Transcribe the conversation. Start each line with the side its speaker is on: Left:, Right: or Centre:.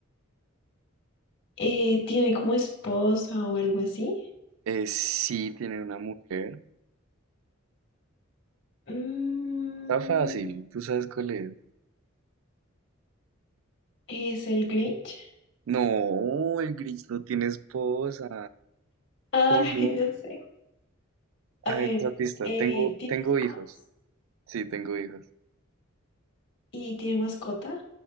Left: eh, tiene como esposa o algo así?
Right: Eh, sí, tiene una mujer.
Left: Mm,
Right: Está fácil, tú sabes cuál es.
Left: ¿es el Grinch?
Right: No, el Grinch no tiene esposa.
Left: Ay,
Right: ¿Cómo?
Left: no sé. A
Right: A
Left: ver,
Right: ver, otra pista.
Left: eh,
Right: Tengo,
Left: ¿tiene
Right: tengo
Left: hijos
Right: hijos. Sí, tengo hijos.
Left: y tiene mascota?